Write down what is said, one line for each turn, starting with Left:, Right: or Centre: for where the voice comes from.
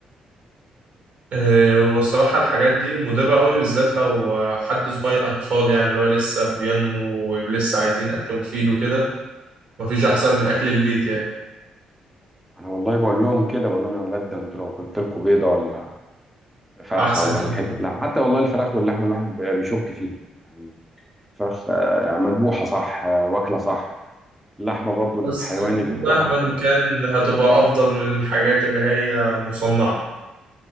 Right: إيه
Centre: آه،
Right: هو الصراحة الحاجات دي مضرة قوي بالذات لو آه، حد صغير أطفال يعني اللي هو لسه بينمو ولسه عايزين أكل مفيد وكده مفيش أحسن من أكل البيت يعني
Centre: أنا والله بقول لهم كده بقول لهم يا ولاد ده أنتوا لو قلت لكم بيضة ولا فرخة
Right: أحسن
Centre: ولا
Right: كتير
Centre: حتة لحمة حتى والله الفراخ واللحمة الواحد بي- بيشك فيها يعني فراخ آه، يعني مذبوحة صح آه، واكلة صح اللحمة برضو الحيوان
Right: بس
Centre: اللي
Right: مهما
Centre: اتذبح ده
Right: كان هتبقى أفضل من الحاجات اللي هي مصنعة